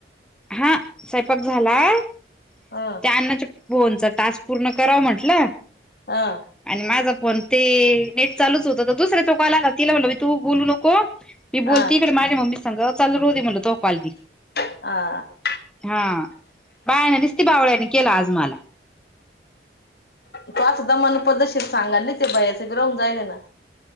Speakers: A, in the centre; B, on the left (about 65°).
A: हां स्वैपाक झालाय.
B: हां.
A: त्यांन च फोनचा टास्क पूर्ण करावं म्हटलं.
B: हां.
A: आणि माझं फोन ते नेट चालूच होतं तर दुसऱ्या चा काॅल आला तिला म्हणलं मी तू बोलू नको. ती
B: हं
A: बोलती इकडे माझ्या मम्मी संग चालू राहुदे म्हणलं तो काॅल ती.
B: हां.
A: हां बायांनी निस्ती बावळ्यानी केला आज मला.
B: तू असं दमान पद्धशीर सांगाल नायी ते बयाचे गं राहून जायलेय नां